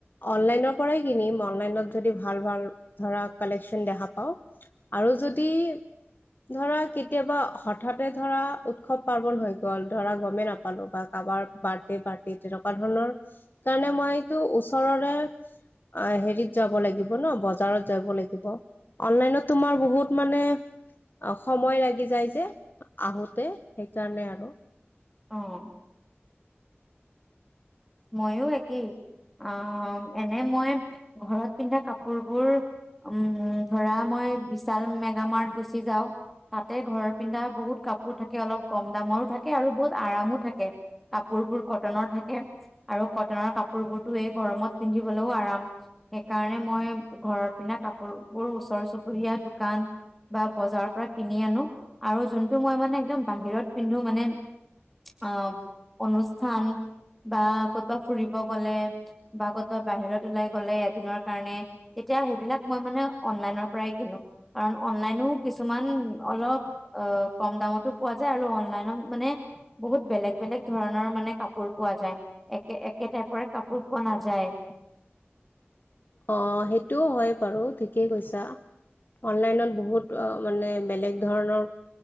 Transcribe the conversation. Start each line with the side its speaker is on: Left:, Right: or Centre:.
Left: অনলাইনৰ পৰাই কিনিম অনলাইনত যদি ভাল ভাল ধৰা কালেকচন দেখা পাও আৰু যদি ধৰা কেতিয়াবা হঠাতে ধৰা উৎসৱ পাৰ্বন হৈ গ'ল ধৰা গমেই নাপালো বা কাৰবাৰ বাৰ্থডে পাৰ্টি তেনেকুৱা ধৰণৰ কাৰণে মই এইটো ওচৰৰে অ হেৰিত যাব লাগিব ন বজাৰত যাব লাগিব অনলাইনত তোমাৰ বহুত মানে অ' সময় লাগি যায় যে আহোতে সেইকাৰণে আৰু।
Centre: অ'। ময়ো একেই আ এনে মই ঘৰত পিন্ধা কাপোৰবোৰ উম ধৰা মই বিশাল মেগামাৰ্ট গুচি যাও। তাতে ঘৰৰ পিন্ধা বহুত কাপোৰ থাকে অলপ কম দামৰো থাকে আৰু বহুত আৰামো থাকে। কাপোৰবোৰ কটনৰ থাকে আৰু কটনৰ কাপোৰ বোৰতো এই গৰমত পিন্ধিবলৈও আৰাম। সেইকাৰণে মই ঘৰৰ পিন্ধা কাপোৰ বোৰ ওচৰ চুবুৰীয়া দোকান বা বজাৰৰ পৰা কিনি আনো আৰু জোনটো মই মানে একদম বাহিৰত পিন্ধো মানে অ' অনুষ্ঠান বা ক'তবা ফুৰিব গলে বা ক'তবা বাহিৰত ওলাই গ'লে এদিনৰ কাৰণে তেতিয়া সেইবিলাক মই মানে অনলাইনৰ পৰাই কিনো কাৰণ অনলাইনো কিছুমান অলপ অ' কম দামতো পোৱা যায় আৰু অনলাইনত মানে বহুত বেলেগ বেলেগ ধৰণৰ মানে কাপোৰ পোৱা যায়। একে একে টাইপৰে কাপোৰ পোৱা নাযায়।
Left: অ' সেইটোও হয় বাৰু থিকেই কৈছা। অনলাইনত বহুত মানে বেলেগ ধৰণৰ